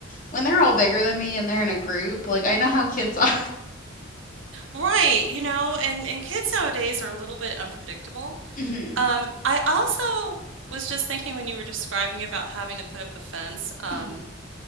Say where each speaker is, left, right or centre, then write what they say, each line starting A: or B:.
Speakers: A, on the left; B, on the right.
A: when they're all bigger than me and they're in a group, like I know how kids are.
B: Right, you know, and and kids nowadays are a little bit unpredictable.
A: <laughs> hmm
B: Um, I also was just thinking when you were describing about having to put up a fence, um,
A: hmm